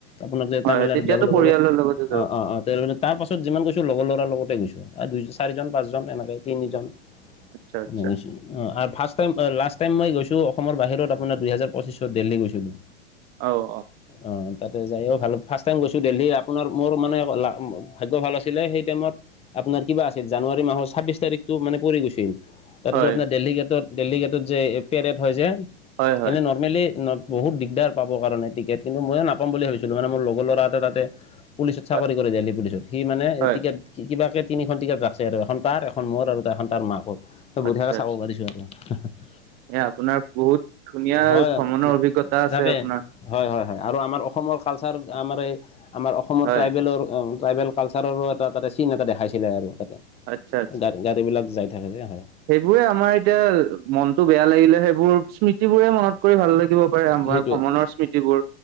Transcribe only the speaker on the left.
আপোনাক যে
তামিলনাডুত
যাবলৈ
ক'লো
অ', অ', অ', তে তাৰপাছত যিমান গৈছোঁ লগৰ ল'ৰাৰ লগতে গৈছোঁ দুই চাৰিজন পাঁচজন এনেকৈ তিনিজন।
<unintelligible> ফাৰ্ষ্ট টাইম, লাষ্ট টাইম মই গৈছিলোঁ অসমৰ বাহিৰত আপোনাৰ দুহেজাৰ পঁচিশত দেল্হী গৈছিলোঁ।
অ' তাতে যায়ও ভাল ফাৰ্ষ্ট টাইম গৈছোঁ দেলহি আপোনাৰ মোৰ মানে ভাগ্য ভাল আছিলে, সেই টাইমত আপোনাৰ কিবা আছিল, জানুৱাৰী মাহৰ ছাব্বিছ তাৰিখতটো মানে পৰি গৈছিল। তাতো
আপোনাৰ দেলহি গেটত দেলহি গেটত এপিয়াৰেত হয় যে
<unintelligible> নৰ্মেলি বহুত দিগদাৰ পাব কাৰণে টিকেট, কিন্তু মইে নাপাম বুলি ভাবিছিলো মানে মোৰ লগৰ লৰা এটা তাতে। পুলিচত চাকৰি
কৰে দেল্হী পুলিচত। সি মানে
টিকেট। কিবাকে তিনিখন টিকেট ৰাখে আৰু এখন তাৰ, এখন মোৰ, আৰু এখন তাৰ মাকৰ বঢ়িয়াকে
চাব পাৰিছো আৰু। <inaudible>
হয়
তাকে
হয়- হয় -হয় আৰু আমাৰ অসমৰ কালচাৰ আমাৰ এই আমাৰ অসমৰ
ট্ৰাইবেলৰ। ট্ৰাইবেল কালচাৰৰো এটা তাতে চিন এটা দেখাইছিলে আৰু তাতে
গা গাড়ীবিলাক যাই থাকে যে হয়।
সেইটোৱে